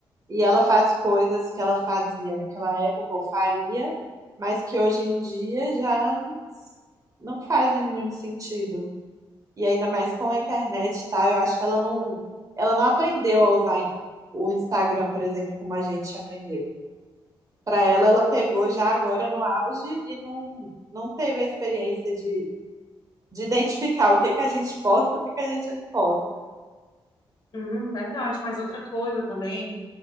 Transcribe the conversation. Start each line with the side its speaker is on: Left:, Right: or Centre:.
Right: E ela faz coisas que ela fazia naquela época ou faria, mas que hoje em dia já não não fazem muito sentido. E ainda mais com a internet e tal, eu acho que ela não, ela não aprendeu a usar o Instagram, por exemplo, como a gente aprendeu. Para ela, ela pegou já agora no auge e não, não teve a experiência de, de identificar o que que a gente posta e o que que a gente não posta.
Left: Hum, verdade, mas outra coisa também